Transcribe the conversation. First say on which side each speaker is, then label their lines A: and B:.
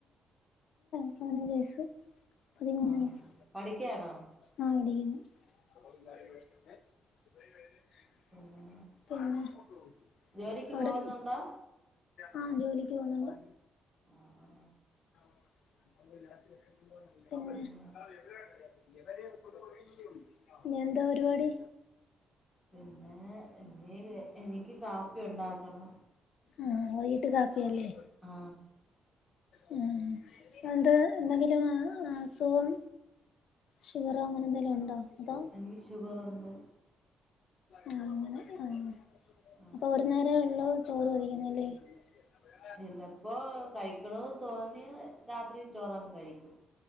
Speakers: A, on the left; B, in the centre.
A: മൂന്നു വയസ്സ് പതിമൂന്ന്
B: ആ
A: വയസ്സ്
B: പഠിക്ക്യാണോ
A: ആ <unintelligible>
B: പിന്നെ
A: പിന്നെ
B: ജോലിക്ക്
A: അവിടെ
B: പോകുന്നുണ്ടോ
A: ആ ജോലിക്ക് പോകു ന്നുണ്ട്
B: ആ ആ
A: <unintelligible>
B: പിന്നെ
A: ഇനി
B: പിന്നെ
A: എന്താ പരുപാടി
B: പിന്നെ ഇനി എനിക്ക് കാപ്പി ഉണ്ടാക്കണം
A: ആ വയ്കിട്ട് കാപ്പി അല്ലേ
B: ആ
A: ഉ അന്ത്‌ എന്തെങ്കിലും അ അസുഖം ഷുഗറോ അങ്ങനെ എന്തെലും ഉണ്ടോ അതോ
B: എനിക്ക് ഷുഗറൊണ്ട്
A: ആ അങ്ങനെ ആ അപ്പൊ
B: അതെ
A: ഒരു നേരെ ഒള്ളു <unintelligible>
B: ചിലപ്പോ കഴിക്കണോന്ന് തോന്നിയാ രാത്രി ചോറങ്ങ് കഴിക്കും